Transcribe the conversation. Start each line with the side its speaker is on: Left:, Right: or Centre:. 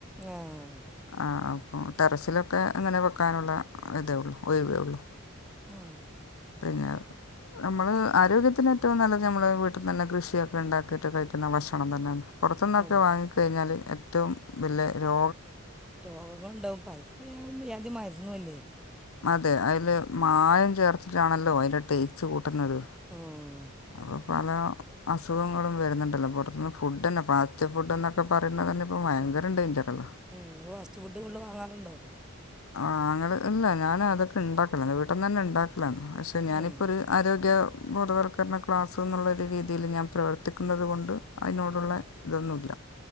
Centre: ആഹ്
Left: ആഹ് ടെറസിലൊക്കെ അങ്ങനെ വെക്കാനുള്ള ഇതേ ഉള്ളൂ ഒയിവേ ഉള്ളൂ
Centre: ആ
Left: പിന്നെ നമ്മള് ആരോഗ്യ ത്തിന് ഏറ്റവും നല്ലത് നമ്മള് വീട്ടിനെന്നെ കൃഷിയൊക്കെണ്ടാക്കിട്ട് കഴി ക്കുന്ന ഭക്ഷണം തന്നെണ്. പുറത്തുന്നൊക്കെ
Centre: ആ
Left: വാങ്ങിക്കഴിഞ്ഞാല് ഏറ്റവും വല്ല്യേ രോ
Centre: രോഗങ്ങള്ണ്ടാവും പലേവ്യാതിമര് ന്നുല്ലേ.
Left: അതെ ഐല് മായം ചേർത്ത് ട്ടാണല്ലോ അതില് ടേസ്റ്റ്‌ കൂട്ടുന്നത്.
Centre: മ്
Left: അപ്പൊ പല അസുഖങ്ങളും വരുന്നുണ്ടല്ലോ. പുറത്തനിന്ന് ഫുഡെന്നെ ഫാസ്റ്റ് ഫുഡ്ന്നൊക്കെ പറയുന്നതെന്നെ ഇപ്പ ഭയങ്കര ഡെയ്ൻജെറാ.
Centre: മ് ങ്ങള് ഫാസ്റ്റ് ഫുഡ് ഫുള്ള് വാങ്ങാറ്ണ്ടോ?
Left: ആ ങ്ങള് ഇല്ല ഞാനതൊക്കെ ഇണ്ടാക്കലാ വീട്ടന്നന്നെ ഇണ്ടാക്ക ലാണ് പക്ഷേ ഞാനിപ്പോര്
Centre: ഉം.
Left: ആരോഗ്യ ബോധവൽക്കരണ ക്ലാസ്ന്നുള്ളൊരു രീതീല് ഞാൻ പ്രവർത്തിക്കുന്നുന്നത് കൊണ്ട് അതിനോട്ള്ള
Centre: ആ
Left: ഇതൊന്നൂല്ല.